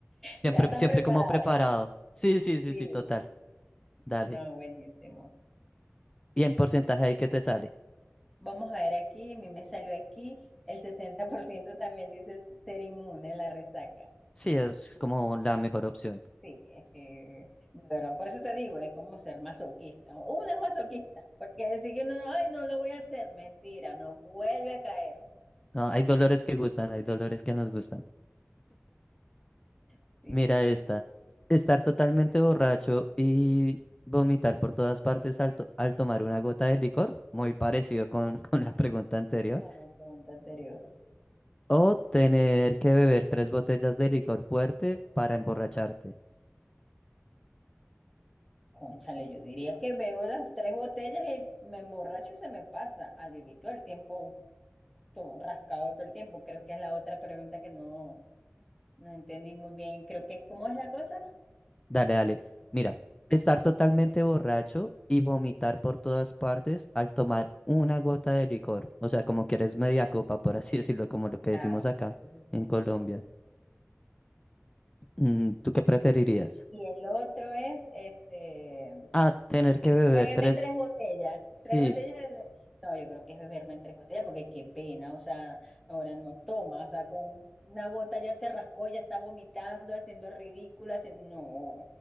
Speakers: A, on the left; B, in the centre.
A: Siempre,
B: ¿Ya estás
A: siempre
B: preparado?
A: como preparado. Sí, sí,
B: Sí,
A: sí, sí, total. Dale.
B: no, buenísimo.
A: Y en porcentaje ahí que te sale.
B: Vamos a ver aquí, a mí me salió aquí, el 60%. también dice ser inmune a la resaca.
A: Sí, es como la mejor opción.
B: Sí, es que, de verdad, por eso te digo, es como ser masoquista. Uno es masoquista, porque decir que no, no, ay, no lo voy a hacer, mentira, no vuelve a caer.
A: No, hay dolores que gustan, hay dolores que nos gustan.
B: Sí,
A: Mira esta. Estar totalmente borracho y vomitar por todas partes al, to- al tomar una gota de licor, muy parecido con, <laughs> con la pregunta anterior.
B: con la pregunta anterior.
A: O tener que beber tres botellas de licor fuerte para emborracharte.
B: Cónchale, yo diría que veo las tres botellas y me emborracho y se me pasa al vivir todo el tiempo, todo rascado todo el tiempo. Creo que es la otra pregunta que no, no entendí muy bien. Creo que es, ¿cómo es la cosa?
A: Dale, dale. Mira, estar totalmente borracho y vomitar por todas partes al tomar una gota de licor. O sea, como quieres media copa, por así <laughs> decirlo, como lo que decimos
B: Ah,
A: acá
B: sí, sí,
A: en
B: sí.
A: Colombia. Mm, ¿tú qué preferirías?
B: Y el otro es, este,
A: A tener que beber
B: beberme
A: tres,
B: tres botellas,
A: sí,
B: tres botellas de... No, yo creo que es beberme tres botellas porque qué pena, o sea, ahora no toma, o sea, con una gota ya se rascó, ya está vomitando, haciendo el ridículo, haciendo... No,